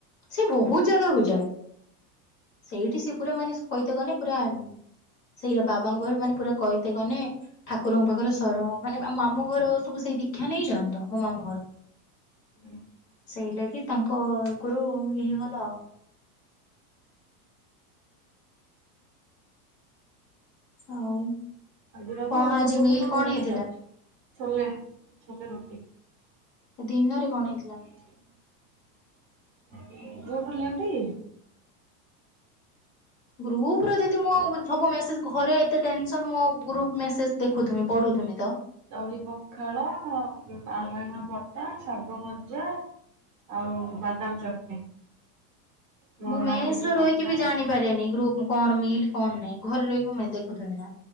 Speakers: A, on the left; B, on the right.
A: ସେ ବହୁତ ଜାଗାକୁ ଯାଏ ସେଇଠି ସେ ପୁରା ମାନେ କହିତେ ଗନେ ପୁରା ସେଇ ବାବାଙ୍କ ପାରୁ ମାନେ ପୁରା କହିତେ ଗନେ ଠାକୁରଙ୍କ ପାଖରେ ଶରଣ ମାନେ ମାମୁ ଘର ସବୁ ସେଇ ଦୀକ୍ଷା ନେଇ ଯ ତ ମୋ ମାମୁ ଘର।
B: ହୁଁ।
A: ସେଇ ଲାଗି ତାଙ୍କ ୟଗରୁ ଇଏ ହେଇଗଲା। ଆଉ
B: ଆଜିରା
A: କଣ
B: ତ ଔଷଧ
A: ଆଜି
B: ପଷଧ
A: ମିଲ୍ କଣ
B: ଦୁନିଆ
A: ହେଇଥିଲା?
B: ଚା ଛୋଲେ ଛୋଲେ ରୁଟି।
A: ଦିନରେ କଣ ହେଇଥିଲା?
B: <unintelligible>
A: ଗ୍ରୁପ ରୁ ଦିଦି ମୁଁ ହବ ମେସେଜ ଘରେ ଏତେ ଟେନସନ ମୁଁ ଆଉ ଗ୍ରୁପ ମେସେଜ ଦେଖୁ ତୁମେ ପଢୁ ତୁମି ତ
B: ଦହି ପଖାଳ ଆଳୁ ବାଇଗଣ ବଟା ଶାଗ ଭଜା ଆଉ ବାଦାମ ଚଟଣି। ମୋର
A: ମୁଁ ମେସ
B: ମାର୍କେଟିଂ
A: ରେ
B: କରିଥିଲା
A: ରହିକି ବି
B: ଯାଇକି
A: ଜାଣିବି ପାରେନି ଗ୍ରୁପ କଣ ମିଲ୍ କଣ ନାଇଁ ଘରେ ରହିକି ମୁ ଦେଖୁ ନା।